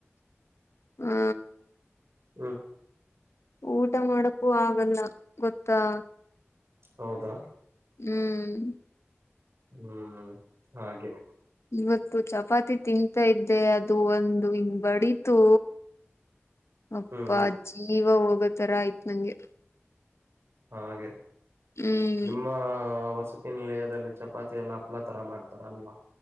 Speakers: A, on the left (about 70°); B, on the right (about 65°).
A: ಹಾ.
B: ಹ್ಮ.
A: ಊಟ ಮಾಡಕ್ಕೂ ಆಗಲ್ಲ ಗೊತ್ತಾ.
B: ಹೌದಾ.
A: ಹ್ಮ್.
B: ಹ್ಮ್ ಹಾಗೆ.
A: ಇವತ್ತು ಚಪಾತಿ ತಿಂತಾ ಇದ್ದೆ ಅದು ಒಂದು ಇಂಗ್ ಬಡಿತು. ಅಪ್ಪ
B: ಹ್ಮ್
A: ಜೀವ ಹೋಗತರ ಆಯ್ತ್ ನಂಗೆ.
B: ಹಾಗೆ
A: ಹ್ಮ್
B: ನಿಮ್ಮ ಹೊಸ. <unintelligible> ದಲ್ಲಿ ಚಪಾತಿ ಎಲ್ಲ ಹಪ್ಳಾ ತರ ಮಾಡ್ತಾರಲ್ವ.